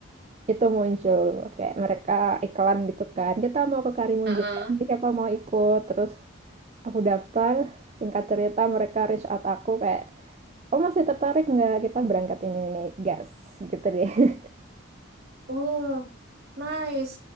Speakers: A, on the right (about 30°); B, on the right (about 50°).
A: itu muncul kayak mereka iklan gitu kan kita mau ke Karimun
B: Heeh.
A: Jawa siapa mau ikut terus aku daftar singkat cerita mereka reach out aku kayak oh masih tertarik nggak kita berangkat ini nih gas gitu deh <laughs>
B: Oh, nice.